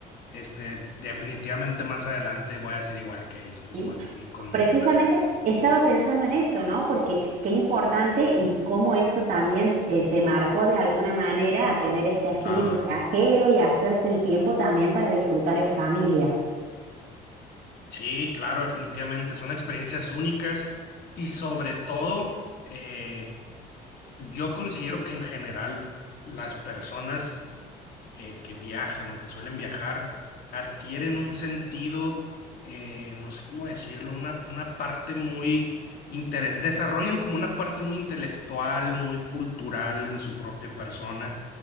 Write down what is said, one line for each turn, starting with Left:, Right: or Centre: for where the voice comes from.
Left: este, definitivamente más adelante voy a ser igual que ellos, pues
Right: ¿sí?
Left: igual con, con mi
Right: Precisamente
Left: pareja. ¿no?
Right: estaba pensando en eso, ¿no? Porque qué importante y cómo eso también eh, te marcó de alguna manera a tener este espíritu
Left: Claro.
Right: viajero y hacerse el tiempo también para disfrutar en familia.
Left: Sí, claro, definitivamente. Son experiencias únicas y sobre todo, eh, yo considero que en general las personas eh, que viajan o que suelen viajar adquieren un sentido, eh, no sé cómo decirlo, una, una parte muy interés, desarrollan como una parte muy intelectual, muy cultural en su propia persona,